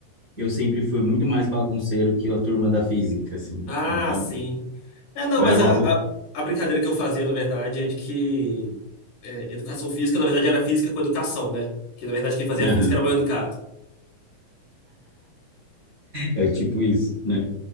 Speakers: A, on the right; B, on the left.
A: eu sempre fui muito mais bagunceiro que a turma da física, assim.
B: Ah,
A: Então,
B: sim. É, não,
A: eu
B: mas
A: era
B: a,
A: uma. pe-
B: a, a brincadeira que eu fazia, na verdade, é de que é, educação física, na verdade, era física com educação, né? Que, na verdade, quem fazia
A: <laughs> Aham,
B: física era mal educado.
A: É tipo isso, né?